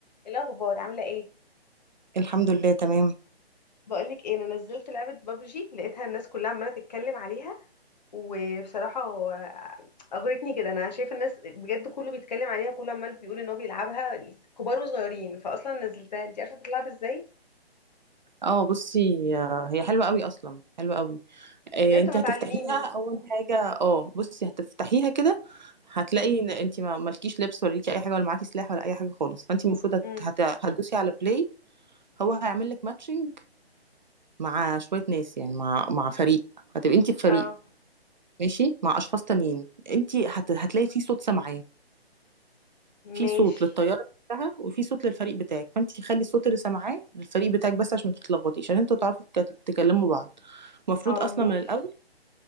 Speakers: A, on the left; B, on the right.
A: إيه الاخبار عامله ايه
B: الحمد لله تمام
A: بقولك ايه انا نزلت لعبه بابجي لقيتها الناس كلها عماله تتكلم عليها وبصراحه هو اغرتني كده انا شايفه الناس بجد كله بيتكلم عليها كله عمال بيقول ان هو بيلعبها كبار وصغيرين فاصلا نزلتها انت عارفه بتلعب ازاي
B: اه بصي آه، هي حلوة قوي اصلا حلوة قوي
A: بجد
B: آه، انت
A: طب ما
B: هتفتحيها
A: تعلميني
B: اول حاجة اه بصي هتفتحيها كده هتلاقي ان انت ما مالكيش لبس ولا ليكي اي حاجة ولا معاكي سلاح ولا اي حاجة خالص فانت المفروض هت...
A: امم
B: هت... هتدوسي على بلاي هو هيعمل لك ماتشنج مع شوية ناس يعني مع مع فريق هتبقي انت في فريق
A: اه
B: ماشي مع اشخاص تانيين انت هت... هتلاقي في صوت سامعاه في
A: ماشي
B: صوت للطياره نفسها وفي صوت للفريق بتاعك فانت خلي الصوت اللي سامعاه للفريق بتاعك بس عشان ما تتلخبطيش عشان انتوا تعرفوا تك- تكلموا بعض المفروض
A: اه
B: اصلا
A: ماشي
B: من الاول